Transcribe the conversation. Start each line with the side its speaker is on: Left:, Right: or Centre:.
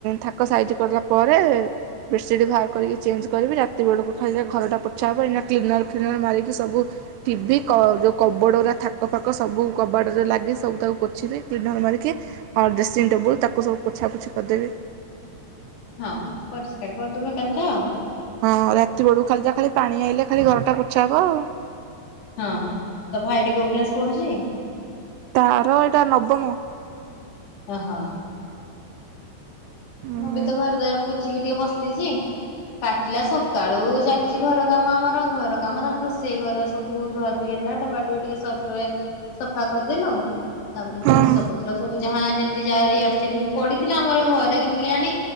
Right: ଥାକ ସାଇଜି କରିଦେଲା ପରେ ବେଡ଼୍ସିରି ବାହାର କରିକି ଚେଞ୍ଜ କରିବି ରାତି ବେଳକୁ ଖାଲି ଘରଟା ପୋଛା ହେବ ଏଇନା କ୍ଲିନର ଫ୍ଲିନର ମାରିକି ସବୁ ଟିଭିି ଯେଉଁ କବୋଡ଼ ଥାକ ଫାକ ସବୁ କବାଟ ଯୋଉ ଲାଗିଚି ସବୁ ତାକୁ ପୋଛିିବି କ୍ଲିନର୍ ମାରିକି। ହଁ ଡ୍ରେସିଂ ଟେବୁଲ୍ ତାକୁ ସବୁ ପୋଛାପୋଛି କରିଦେବି।
Left: ହଁ ପରିଷ୍କାର କରିଦବା ଏକାଥରେ ଆଉ।
Right: ହଁ ରାତି ବେଳକୁ ଖାଲି ଯା ଖାଲି ପାଣି ଆଇଲେ ଖାଲି ଘର ଟା ପୋଛା ହବ ଆଉ।
Left: ହଁ। ତ ଭାଇଟି କୋଉ କ୍ଲାସ ପଢୁଛି?
Right: ତାର ଏଇଟା ନବମ।
Left: ଓହଁ।
Right: ହୁଁ
Left: ମୁଁ ବି ତ ଘରଦ୍ଵାର ପୁଛିିକି ଟିକେ ବସିଛି। କାଟିଲା ସକାଳୁ ଚାଲିଛି ଘର କାମ ଆମର ଘର କାମ ତାପରେ ରୋଷେଇ ଘର ସବୁ ଧୁଆ ଧୋଇ ହେଲା ଡବା ଡବି ଟିକେ ସର୍ଫ ରେ ସଫା କରିଦେଲୁ। ତାପରେ
Right: ହଁ
Left: ଜିନିଷ ପତ୍ର ସବୁ ଯାହା ଯେମିତି ଯାହା ଇଆଡ ସିଆଡେ ହେଇକି ପଡିଥିଲା ଆମର ଘରେ କେମିତି କେଜାଣି